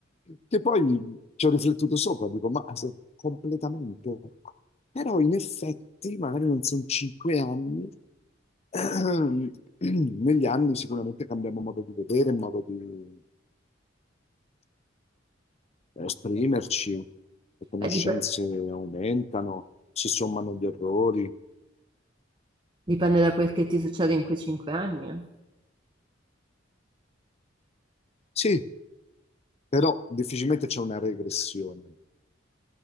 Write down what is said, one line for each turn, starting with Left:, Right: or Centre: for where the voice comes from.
Left: Che poi ci ho riflettuto sopra, dico, ma se- completamente. Però in effetti, magari non sono cinque anni, <clears throat> negli anni sicuramente cambiamo modo di vedere, modo di... esprimerci, le conoscenze
Right: Beh, dip-
Left: aumentano, si sommano gli errori.
Right: dipende da quel che ti succede in quei cinque anni, eh.
Left: Sì, però difficilmente c'è una regressione.